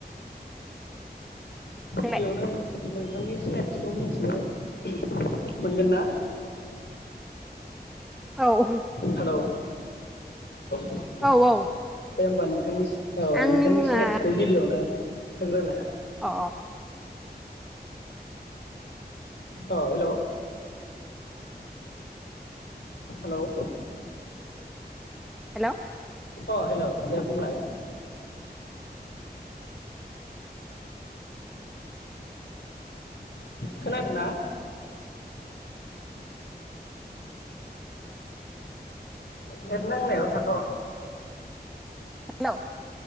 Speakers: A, on the left; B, in the centre.
A: गिबियावनो
B: नोंलाय
A: नोंथांनि सिनायथिखौ मिथिनो ओम मोनगोन ना?
B: औ
A: हेल औ दे
B: औ औ
A: होमबा नोंथांनि सिओ
B: आंनि
A: नोंथांनि
B: मुङा
A: सिनायथिखौ गिबियावनो होग्रो लाय
B: अ
A: औ हेल हेल
B: हेल
A: अ हेल दे बुंलाय खोनादों ना? नेट नांनायाव थाथ
B: हेलौ